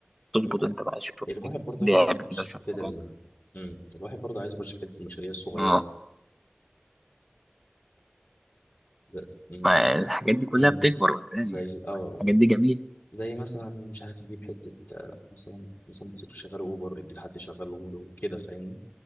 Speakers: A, in the centre; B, on the left.
A: تظبط
B: الواحد
A: انت بقى شويه
B: الواحد برضه
A: لعب
B: يعني عايز يخش
A: كده
B: في
A: شويه
B: حتة
A: حاجات
B: ال... امم الواحد برضه عايز يخش في حتة المشاريع الصغيرة
A: اه
B: زي امم
A: فالحاجات دي كلها
B: امم
A: بتكبر قدام
B: زي
A: يعني.
B: اه آه.
A: الحاجات دي جميله
B: زي مثلا مش عارف يجيب حتة آه، مثلا مثلا موتوسيكل شغال أوبر يدي لحد يشغله له كده فاهمني